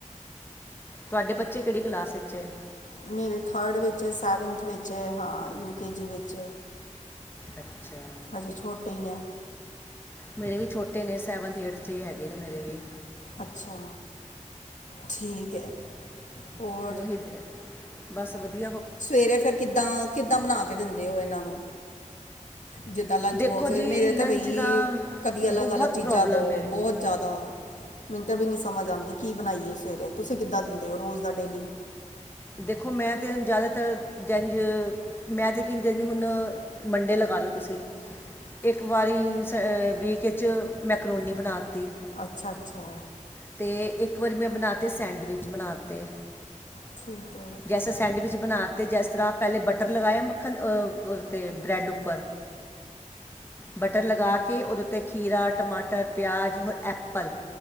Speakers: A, on the left (about 15°); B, on the left (about 70°).
A: ਤੁਆਡੇ ਬੱਚੇ ਕੇੜੀ ਕਲਾਸ ਵਿੱਚ ਐ
B: ਮੇਰੇ ਥਰਡ ਵਿੱਚ ਸੈਵਨਥ ਵਿੱਚ ਹਾਂ ਯੂ ਕੇ ਜੀ ਵਿੱਚ
A: ਅੱਛਾ
B: ਹਜੇ ਛੋਟੇ ਈ ਨੇ
A: ਮੇਰੇ ਵੀ ਛੋਟੇ ਨੇ ਸੈਵਨਥ, ਏਟਥ ਈ ਹੈਗੇ ਨੇ ਮੇਰੇ ਵੀ।
B: ਅੱਛਾ, ਠੀਕ ਐ ਹੋਰ?
A: ਉਹੀ ਬਸ ਵਦੀਆ।
B: ਸਵੇਰੇ ਫਿਰ ਕਿੱਦਾਂ-ਕਿੱਦਾਂ, ਬਣਾ ਕੇ ਦਿੰਦੇ ਓ ਏਨਾਂ ਨੂੰ? ਜਿੱਦਾਂ ਲੰਚ
A: ਦੇਖੋ
B: ਬੋਕਸ
A: ਜੀ
B: ਮੇਰੇ
A: ਲੰਚ
B: ਤਾਂ ਬਈ
A: ਦਾ
B: ਕਦੀ ਅਲੱਗ-ਅਲੱਗ
A: ਬਹੁਤ
B: ਚੀਜ਼ਾਂ
A: ਪ੍ਰੋਬਲਮ
B: ਦੋ
A: ਹੈ
B: ਬੋਹ ਜ਼ਿਆਦਾ ਮਿੰਤ ਵੀ ਨੀ ਸਮਝ ਆਂਦੀ ਕੀ ਬਣਾਈਏ ਸਵੇਰੇ ਤੁਸੀਂ ਕਿੱਦਾਂ ਦਿੰਦੇ ਓ ਰੋਜ਼ ਦਾ ਡੇਲੀ?
A: ਦੇਖੋ ਮੈਂ ਤਾਂ ਜ਼ਿਆਦਾਤਰ ਜੈਂਝ ਮੈਂ ਤਾਂ ਕੀ ਜ ਹੁਣ ਮੰਡੇ ਲਗਾ ਲਓ ਤੁਸੀਂ ਇੱਕ ਵਾਰੀ ਸ ਵੀਕ ਚ ਮੈਕਰੋਨੀ ਬਣਾਤੀ
B: ਅੱਛਾ-ਅੱਛਾ।
A: ਅਤੇ ਇੱਕ ਵਾਰੀ ਮੈਂ ਬਣਾ ਤੇ ਸੈਂਡਵਿਚ ਬਣਾ ਤੇ
B: ਠੀਕ ਏ।
A: ਜੈਸਾ ਸੈਂਡਵਿਚ ਬਣਾ ਤੇ ਜਿਸ ਤਰ੍ਹਾਂ ਪੈਲੇ ਬਟਰ ਲਗਾਏਆ ਮੱਖਣ, ਤੇ ਬ੍ਰੈਡ ਉੱਪਰ ਬਟਰ ਲਗਾ ਕੇ ਔਰ ਤੇ ਖੀਰਾ, ਟਮਾਟਰ, ਪਿਆਜ਼ ਹੋਰ ਐਪਲ